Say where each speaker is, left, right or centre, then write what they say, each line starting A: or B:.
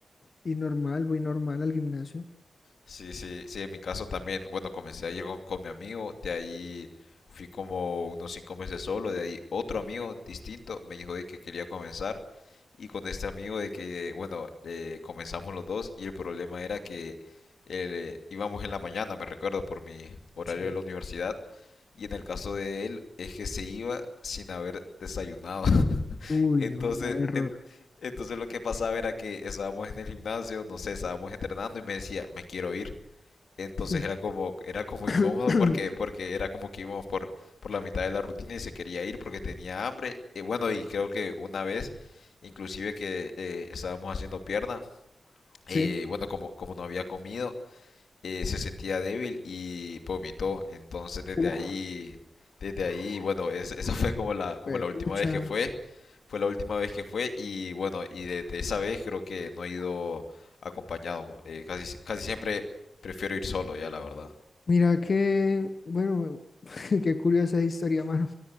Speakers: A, on the left; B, on the left.
A: y normal, voy normal al gimnasio.
B: Sí, sí, sí, en mi caso también. Bueno, comencé a ir con, con mi amigo, de ahí fui como unos cinco meses solo, de ahí otro amigo distinto me dijo de que quería comenzar y con este amigo de que, bueno, eh, comenzamos los dos y el problema era que eh, íbamos en la mañana, me recuerdo, por mi horario
A: Sí.
B: de la universidad y en el caso de él es que se iba sin haber desayunado. <laughs>
A: Uy,
B: Entonces,
A: no, grave error.
B: en- entonces lo que pasaba era que estábamos en el gimnasio, no sé, estábamos entrenando y me decía, me quiero ir. Entonces
A: <coughs>
B: era como, era como
A: <clears throat>
B: incómodo porque, porque era como que íbamos por, por la mitad de la rutina y se quería ir porque tenía hambre. y bueno, y creo que una vez, inclusive que eh, estábamos haciendo pierna,
A: Sí.
B: eh, bueno, como, como no había comido, eh, se sentía débil y vomitó. Entonces desde
A: Uf,
B: ahí, desde ahí, bueno, es- esa fue como la, como
A: eh,
B: la última
A: pucha.
B: vez que fue. Fue la última vez que fue y bueno, y desde esa vez creo que no he ido acompañado. eh, casi, casi siempre prefiero ir solo ya, la verdad.
A: Mira que, bueno, <laughs> qué curiosa historia, mano.